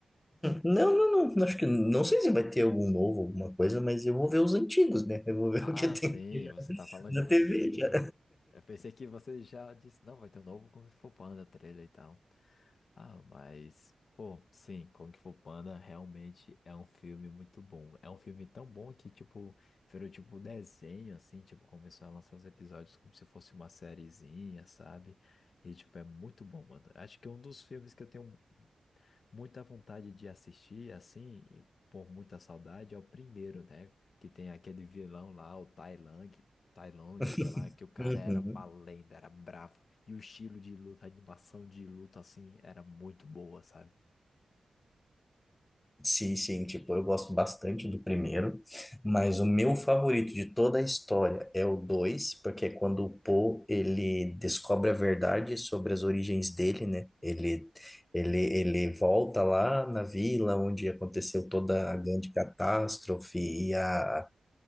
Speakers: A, on the left; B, on the left.
A: Não, não, não. Acho que não sei se vai ter algum novo, alguma coisa, mas eu vou ver os antigos, né? Eu vou ver
B: Ah,
A: o que tem
B: sim,
A: aqui já
B: você tá falando
A: na
B: de antigas.
A: TV já.
B: Eu pensei que você já disse, não, vai ter um novo Kung Fu Panda trailer e tal. Ah, mas, pô, sim, Kung Fu Panda realmente é um filme muito bom. É um filme tão bom que, tipo, virou tipo desenho, assim, tipo, começou a lançar os episódios como se fosse uma sériezinha, sabe? E, tipo, é muito bom, mano. Acho que é um dos filmes que eu tenho muita vontade de assistir, assim, e por muita saudade, é o primeiro, né? Que tem aquele vilão lá, o Tai Lang, Tai Lung,
A: <laughs>
B: sei lá, que o cara
A: Uhum.
B: era uma lenda, era bravo. E o estilo de luta, a animação de luta, assim, era muito boa, sabe?
A: Sim, sim, tipo, eu gosto bastante do primeiro, mas o meu favorito de toda a história é o dois porque é quando o Poe, ele descobre a verdade sobre as origens dele, né? Ele, ele, ele volta lá na vila onde aconteceu toda a grande catástrofe e a,